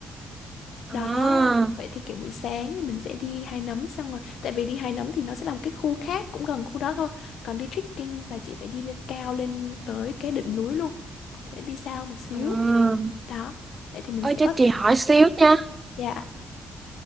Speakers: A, on the right; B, on the left.
A: À.
B: Đó. vậy thì kiểu buổi sáng thì mình sẽ đi Hai Nấm xong rồi. Tại vì đi Hai Nấm thì nó sẽ là một cái khu khác cũng gần khu đó thôi. Còn đi trekking là chị phải đi lên cao lên tới cái đỉnh núi luôn. Thế đi xa một xíu.
A: À,
B: Đó, vậy thì mình
A: ơi
B: sẽ
A: cho
B: có...
A: chị hỏi xíu nha
B: Dạ